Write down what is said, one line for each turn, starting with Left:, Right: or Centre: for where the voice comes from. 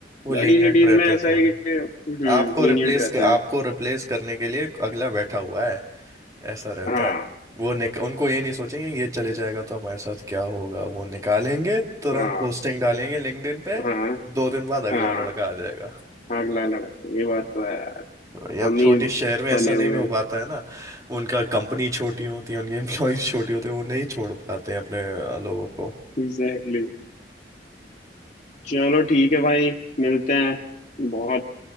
Right: वो
Left: बड़ी
Right: लीनियंट
Left: सिटीज
Right: रहते
Left: में
Right: हैं
Left: ऐसा
Right: थोड़े
Left: है कि हम्म
Right: आपको
Left: लीनियंट
Right: रिप्लेस
Left: रहते हैं
Right: आपको रिप्लेस करने के लिए अगला बैठा हुआ है ऐसा रहता
Left: हाँ
Right: है वो निक उनको ये नहीं सोचेंगे ये चले जाएगा तो हमारे साथ क्या होगा वो निकालेंगे तुरंत
Left: हाँ
Right: पोस्टिंग डालेंगे लिंक्डइन पे
Left: हाँ
Right: दो दिन बाद अगला
Left: हाँ
Right: लड़का आ जाएगा
Left: अगला लड़का ये बात तो है यार
Right: भाई
Left: हम
Right: अब छोटे
Left: ही
Right: शहर में
Left: बने
Right: ऐसा
Left: हुए
Right: नहीं हो
Left: हैं
Right: पाता है ना उनका कंपनी छोटी होती है उनके एम्प्लॉयज छोटे होते हैं वो नहीं छोड़ पाते हैं अपने अ, लोगों को
Left: Exactly exactly. चलो ठीक है भाई मिलते हैं बहुत